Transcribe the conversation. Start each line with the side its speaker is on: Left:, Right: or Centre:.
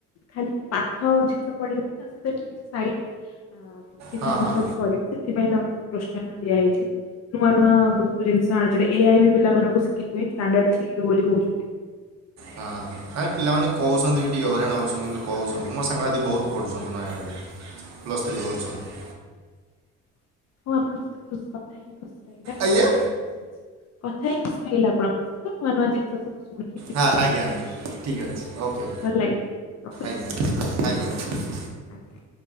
Left: ଖା ପାଠ ଯେତେ ପଢିବୁ ସେତେ ସାଇଟରେ କିଛି
Right: ହଁ
Left: ଜିନିଷ
Right: ହଁ
Left: ବି କରିବୁ ସେଥିପାଇଁ ତାଙ୍କୁ ବହୁ ପ୍ରୋତ୍ସାହନ ଦିଆହେଇଛି ନୂଆ ନୂଆ ଜିନିଷ ଆଣିଛନ୍ତି ଏ ଆଇ ବି ପିଲାମାନଙ୍କୁ ଶିଖେଇବେ ଷ୍ଟାଣ୍ଡାର୍ଡ ଥ୍ରୀରୁ ବୋଲି କହୁଛନ୍ତି।
Right: ହଁ। ପ୍ରାୟ ପିଲାମାନେ କହୁଛନ୍ତି ବି ଟିକେ ହଇରାଣ ହଉଛନ୍ତି ବୋଲି କହୁଛନ୍ତି ମୋ ସାଙ୍ଗ ସାଥି ବହୁତ ପଢୁଛନ୍ତି ନୟାଗଡରେ। ପ୍ଲସ୍ ଥ୍ରୀ କରୁଛନ୍ତି।
Left: <unintelligible>
Right: ଆଜ୍ଞା।
Left: କଥା ହେଇ ଖୁସି ଲାଗିଲା ଆପଣଙ୍କ ସହିତ ନୂଆ ନୂଆ ଜିନିଷ ସବୁ ଶୁଣିଲି ଶିଖିଲି
Right: ହଁ ଆଜ୍ଞା ଆଜ୍ଞା ଠିକ ଅଛି
Left: ଆଜ୍ଞା
Right: ଓକେ
Left: ଭଲ ଲାଗିଲା ରଖୁଛି
Right: ଆଜ୍ଞା ଆଜ୍ଞା।
Left: ଆଜ୍ଞା।